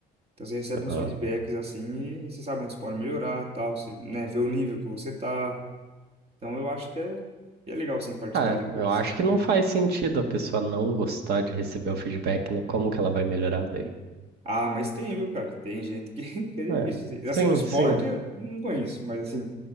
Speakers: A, on the right; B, on the right.
A: Então você recebe
B: Aham.
A: uns feedbacks assim e, e você sabe onde você pode melhorar, tal, você, né, vê o nível que você tá. Então eu acho que é, que é legal sim participar
B: Ah,
A: de
B: eu
A: coisas.
B: acho que não faz sentido a pessoa não gostar de receber o feedback, né? Como que ela vai melhorar daí?
A: Ah, mas tem, viu, cara? Tem gente que, <laughs> que é
B: É.
A: difícil. Assim,
B: Sim,
A: Assim, no esporte
B: sim.
A: eu não conheço, mas assim,